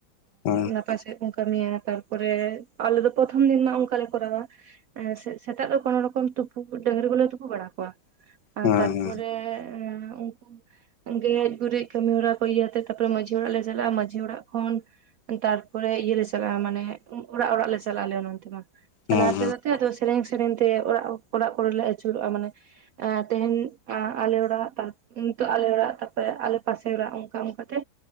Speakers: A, on the left (about 60°); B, on the right (about 85°).
A: ᱦᱩᱸ
B: ᱱᱟᱯᱟᱭ ᱥᱮᱫ ᱠᱟᱹᱢᱤᱭᱟ ᱛᱟᱨᱯᱚᱨᱮ ᱟᱞᱮ ᱫᱚ ᱯᱨᱚᱛᱷᱚᱢ ᱫᱤᱱ ᱢᱟ ᱚᱱᱠᱟ ᱞᱮ ᱠᱚᱨᱟᱣᱟ ᱥᱮᱛᱟᱜ ᱫᱚ ᱠᱚᱱᱱᱳ ᱨᱚᱠᱚᱢ ᱰᱟᱝᱨᱤ ᱠᱚᱞᱮ ᱛᱩᱯᱳ ᱵᱟᱲᱟ ᱠᱚᱣᱟ
A: ᱦᱩᱸ
B: ᱛᱟᱨᱯᱚᱨᱮ
A: ᱦᱩᱸ
B: ᱩᱱᱠᱩ ᱜᱮᱡ ᱜᱩᱨᱤᱡ ᱠᱟᱹᱢᱤ ᱦᱚᱨᱟ ᱠᱚ ᱤᱭᱟᱹᱛᱮ ᱛᱟᱨᱯᱚᱨᱮ ᱢᱟᱺᱡᱷᱤ ᱚᱲᱟᱜ ᱞᱮ ᱪᱟᱞᱟᱜᱼᱟ ᱢᱟᱺᱡᱷᱤ ᱚᱲᱟᱜ ᱠᱷᱚᱱ ᱛᱟᱨᱯᱚᱨᱮ ᱤᱭᱟᱹᱞᱮ ᱪᱟᱞᱟᱜᱼᱟ ᱢᱟᱱᱮ ᱚᱲᱟᱜ ᱚᱲᱟᱜ ᱞᱮ ᱪᱟᱞᱟᱜ ᱟᱞᱮ ᱚᱱᱛᱮ ᱢᱟ ᱪᱟᱞᱟᱣ
A: ᱦᱩᱸ ᱦᱩᱸ
B: ᱛᱟᱞᱟᱛᱮ ᱥᱮᱨᱮᱧ ᱥᱮᱨᱮᱧ ᱛᱮ ᱚᱲᱟᱜ ᱚᱲᱟᱜ ᱠᱚᱨᱮᱞᱮ ᱟᱹᱪᱩᱨᱚᱜᱼᱟ ᱢᱟᱱᱮ ᱛᱮᱦᱮᱧ ᱟᱞᱮ ᱚᱲᱟᱜ ᱱᱤᱛᱚᱜ ᱟᱞᱮ ᱚᱲᱟᱜ ᱛᱟᱯᱚᱨᱮ ᱟᱞᱮ ᱯᱟᱥᱮ ᱚᱲᱟᱜ ᱚᱱᱠᱟ ᱚᱱᱠᱟᱛᱮ